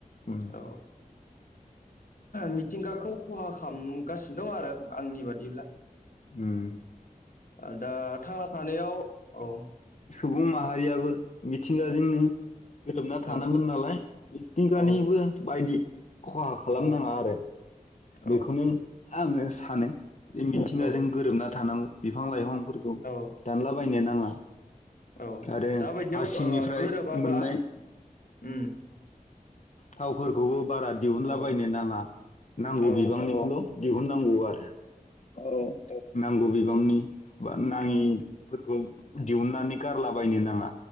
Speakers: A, on the left; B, on the left.
A: उम
B: औ। मिथिंगाखौ खहा खालामगासिनो दं आरो। आंनि बादिब्ला।
A: उम।
B: ओ दा थांना थानायाव औ।
A: सुबुं माहारियाबो मिथिंगाजोंनो गोरोबना थानांगोन
B: औ
A: नालाय मिथिंगानिबो
B: औ
A: बायदि खहा खालामनाङा
B: औ
A: आरो।
B: औ
A: बेखौनो। आङो सानो। मिथिंगाजों
B: औ
A: गोरोबना थानांगौ बिफां लाइफांफोरखौ
B: औ
A: दानलाबायनो नाङा
B: औ
A: आरो
B: दाबायदियाव
A: हासिंनिफ्राय
B: ओ गोरोबाबा
A: मोननाय।
B: उम
A: थावफोरखौबो बारा दिहुनलाबायनो
B: औ
A: नाङा नांगौ
B: औ
A: बिबांनिखौल'। दिहुननांगौ आरो। औ नांगौ बि बांनि बा नाङिफोरखौ
B: उम
A: दिहुननानै गारलाबायनो नाङा।